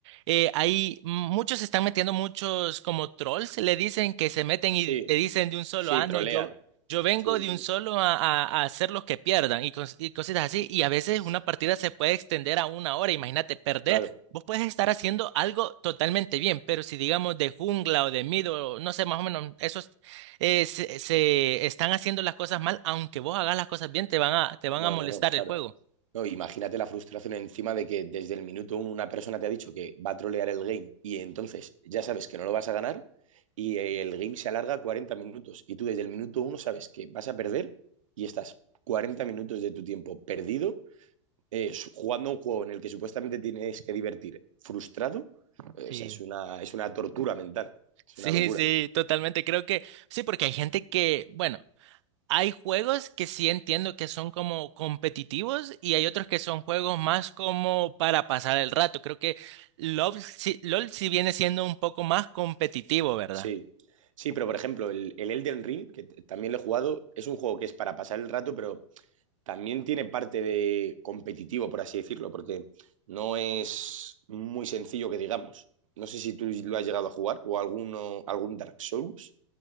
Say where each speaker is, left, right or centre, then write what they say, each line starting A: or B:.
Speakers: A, on the right (about 65°); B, on the right (about 85°).
A: eh, hay muchos se están metiendo, muchos como trolls le dicen que se meten
B: Sí,
A: y te dicen de un solo,
B: sí,
A: ah,
B: trolean.
A: no, yo, yo vengo
B: Sí,
A: de
B: sí,
A: un solo a, a, a hacer los que pierdan y, cos- y cositas así, y a veces
B: sí.
A: una partida se puede extender a una hora, imagínate perder.
B: Claro,
A: Vos puedes estar haciendo algo totalmente bien, pero si digamos de jungla o de mid o no sé, más o menos, eso eh, se, se están haciendo las cosas mal, aunque vos hagas las cosas bien, te van a, te van
B: no,
A: a molestar
B: no, no, claro.
A: el juego.
B: No, imagínate la frustración encima de que desde el minuto uno una persona te ha dicho que va a trolear el game y entonces ya sabes que no lo vas a ganar y eh, el game se alarga 40 minutos y tú desde el minuto uno sabes que vas a perder y estás 40 minutos de tu tiempo perdido eh, su- jugando a un juego en el que supuestamente tienes que divertir frustrado, eh,
A: Sí,
B: o sea, es una, es una tortura mental, es
A: Sí,
B: una locura.
A: sí, totalmente. Creo que sí, porque hay gente que, bueno, hay juegos que sí entiendo que son como competitivos y hay otros que son juegos más como para pasar el rato. Creo que LOL sí, LOL sí viene siendo un poco más competitivo, ¿verdad?
B: Sí. Sí, pero por ejemplo, el, el Elden Ring, que t- también lo he jugado, es un juego que es para pasar el rato, pero también tiene parte de competitivo, por así decirlo, porque no es muy sencillo que digamos. No sé si tú lo has llegado a jugar o alguno, algún Dark Souls.